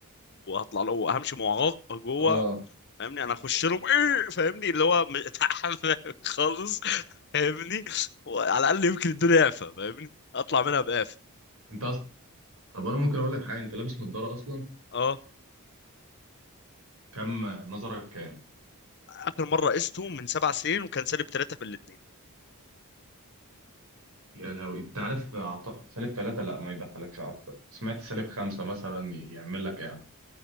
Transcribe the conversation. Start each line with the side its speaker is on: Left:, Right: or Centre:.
Left: وهطلع له وهمشي معاق جوه
Right: اه
Left: فاهمني انا اخش لهم ايه فاهمني اللي هو م- <laughs> تعبان خالص فاهمني وعلى الاقل يمكن الدنيا اعفى فاهمني اطلع منها بقافه
Right: انت اصلا طب انا ممكن اقول لك حاجه انت لابس نظاره اصلا
Left: اه
Right: كم نظرك كام
Left: اخر مره قسته من سبع سنين وكان سالب ثلاثه في الاثنين
Right: يا لهوي انت عارف عط... سالب ثلاثة لا ما يدخلكش عط... سمعت سالب خمسة مثلا يعمل لك ايه يعني